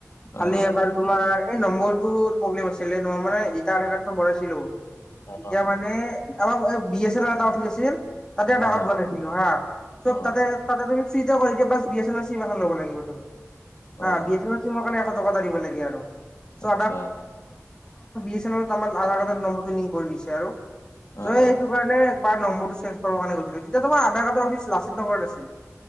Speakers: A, on the left; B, on the left.
A: অ
B: খালি এবাৰ- তোমাৰ এই নম্বৰটো প্ৰব্লেম আছিলে ন মানে ৰিটাৰ আধাৰ কাৰ্ড বনাইছিলো।
A: অ
B: এতিয়া মানে আমাৰ বি এছ এল এটা অফিচ আছিল। তাতে এটা
A: অ
B: যাগাত
A: অ
B: বনাইছিলো হা চব
A: অ
B: তাতে- তাতে তুমি ফ্ৰী কৰি দিয়া বাছ B S A R SIM এখন ল'ব লাগিব তুমি
A: অ
B: বি এ আৰ। চিমৰ কাৰণে এশ টকা এটা দিব লাগে আৰু। বি
A: আচ্ছা
B: এছ এমৰ আধা কাডৰ নম্বটো লিংক কৰি দিছে আৰু
A: অ
B: চ
A: অ
B: মানে একবাৰ নম্বৰটো চেঞ্জ কৰিবৰ কাৰণে গৈছিলো তেতিয়া তোমাৰ আধাৰ কাৰ্ডৰ অফিচ লাচিত নগৰত আছিল।